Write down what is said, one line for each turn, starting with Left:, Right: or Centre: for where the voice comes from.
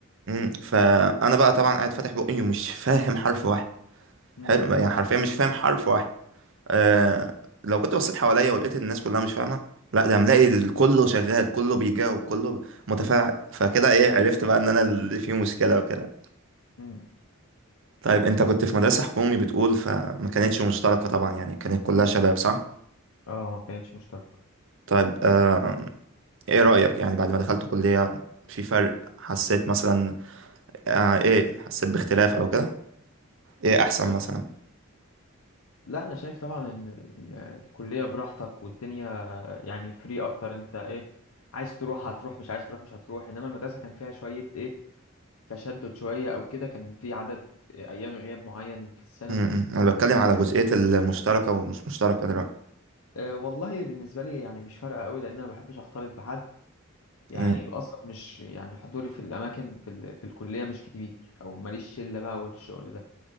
Right: مم. فانا بقى طبعا قاعد فاتح بقي ومش فاهم حرف واحد
Left: أمم
Right: حلو يعني حرفيا مش فاهم حرف واحد آه لو كنت بصيت حواليا ولقيت إن الناس كلها مش فاهمة لا ده ملاقي ال- كله شغال كله بيجاوب كله متفاعل فكده ايه عرفت بقى ان انا اللي فيه مشكلة وكده
Left: أمم
Right: طيب انت كنت في مدرسة حكومي بتقول فما كانتش مشتركة طبعا يعني كانت كلها شباب صح؟
Left: أه ما كانتش مشتركة
Right: طيب آه ايه رأيك يعني بعد ما دخلت كلية في فرق حسيت مثلا آه ايه حسيت باختلاف او كده؟ ايه احسن
Left: آه،
Right: مثلا؟
Left: لا أنا شايف طبعا إن ال- يعني الكلية براحتك والدنيا يعني فري أكتر أنت إيه عايز تروح هتروح مش عايز تروح مش هتروح إنما المدرسة كان فيها شوية إيه تشدد شوية أو كده كان في عدد أيام غياب معين في السنة
Right: امم انا بتكلم على
Left: فاهم
Right: جزئية المشتركة ومش مشتركة دلوقتي
Left: أه والله بالنسبة لي يعني مش فارقة أوي لأن أنا ما بحبش أختلط بحد يعني
Right: امم
Left: أصلا مش يعني حضوري في الأماكن في, ال... في الكلية مش كتير أو ماليش شلة بقى والشغل ده